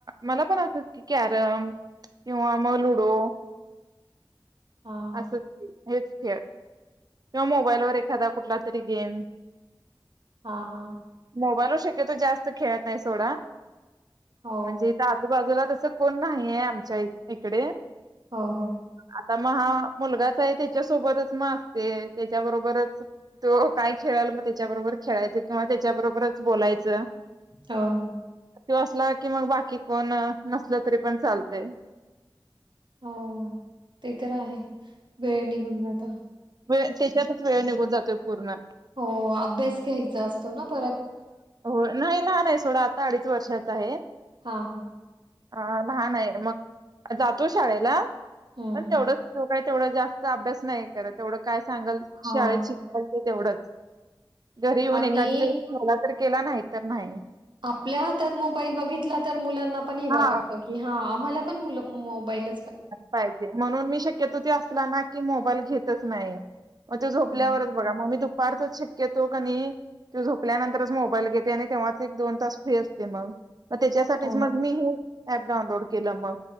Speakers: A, on the right; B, on the right.
A: मला पण असच की कॅरम किंवा मग लुडो
B: हां,
A: असं हेच खेळ किंवा मोबाईलवर एखादा कुठला तरी गेम
B: हा हा
A: मोबाईलवर जास्त खेळत नाही सोडा
B: हो,
A: म्हणजे इथं आजूबाजूला तसं कोण नाही आमच्या इकडे
B: हो हो
A: आता मग हा मुलगाच आहे त्याच्यासोबतच मग असते त्याच्याबरोबरच तो काय खेळाल मग त्याच्याबरोबर वर खेळायचं किंवा त्याच्याबरोबरच बोलायचं
B: हो
A: तो असला की मग बाकी कोण नसल तरी पण चालतंय
B: हो ते तर आहे वेळ निघून जात
A: वेळ त्याच्यातच वेळ निघून जातोय पूर्ण
B: हो अभ्यास घ्यायचा असतो ना परत.
A: हो नाही लहान आहे सोडा आता अडीच वर्षाचा आहे.
B: हां, हां.
A: अ लहान आहे मग. जातो शाळेला
B: हं.
A: पण तेवढंच तो काही तेवढा जास्त अभ्यास नाही करत तेवढं काय सांगाल
B: हां.
A: शाळेत शिकाल ते तेवढंच. घरी येऊन
B: आणि
A: एखाद दिवस केला तर केला नाही तर नाही.
B: आपल्या हातात मोबाईल बघितला तर मुलं मुलांना पण हेवा
A: हा.
B: वाटतो की आम्हाला पण मुल मोबाईल
A: पाहिजे म्हणून मी शक्यतो त्यो असला ना की मोबाईल घेतच नाही. मग ते झोपल्यावरच
B: हां,
A: बघा मग मी दुपारचच शक्यतो कणि झोपल्यानंतरच मोबाईल घेते आणि तेव्हाच एक दोन तास फ्री असते मग. मग त्याच्यासाठीच
B: हो.
A: मग मी हे ऍप डाउनलोड केलं मग